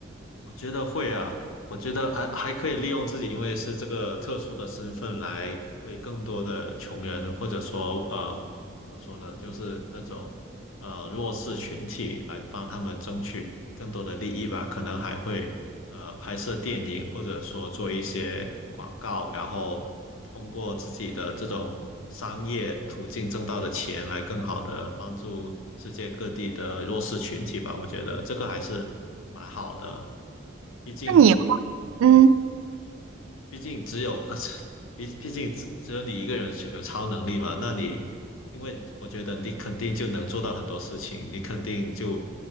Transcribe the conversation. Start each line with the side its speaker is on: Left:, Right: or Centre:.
Left: 我觉得会啊，我觉得还还可以利用自己，因为是这个特殊的身份来为更多的穷人，或者说呃，怎么说呢，就是那种呃弱势群体来帮他们争取。更多的利益吧，可能还会呃拍摄电影，或者说做一些广告，然后通过自己的这种商业途径挣到的钱来更好的帮助世界各地的弱势群体吧。我觉得这个还是蛮好的，毕竟，
Right: 那你会嗯，
Left: 嗯，毕竟只有，<laughs> 毕毕竟只只有你一个人是有超能力嘛，那你。因为我觉得你肯定就能做到很多事情，你肯定就